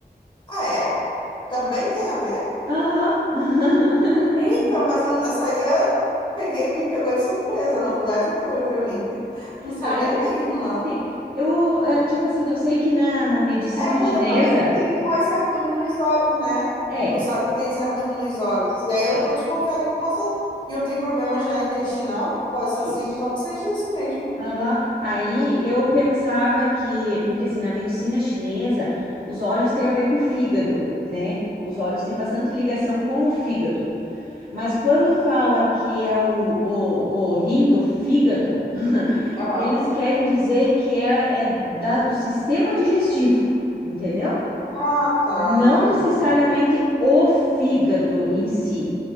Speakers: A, on the left (about 30°); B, on the right (about 55°).
A: ah, é? Também tem a ver?
B: Aham. <laughs>
A: Eita, mas eu- essa aí eu peguei, me pegou de surpresa, novidade pura pra mim. <laughs> Não sabia
B: Aí,
A: mesmo, não.
B: sim, eu, é, tipo assim, eu sei que na, na medicina
A: É porque
B: chinesa
A: eu também tenho esse cardume nos olhos, né?
B: É,
A: Tu sabe que eu tenho esse cardume nos olhos. E aí
B: é,
A: eu tô desconfiada que possa. E eu tenho problema já intestinal, possa ser
B: isso.
A: então que seja isso mesmo.
B: Aham. Aí eu pensava que, porque assim, na medicina chinesa, os olhos têm a ver com o fígado, né? Os olhos têm bastante ligação com o fígado. Mas quando fala que é o, o, o rim do fígado, <laughs>
A: Aham.
B: eles querem dizer que é, é da- do sistema digestivo, entendeu?
A: Ah, tá,
B: Não
A: entendi.
B: necessariamente o fígado em si.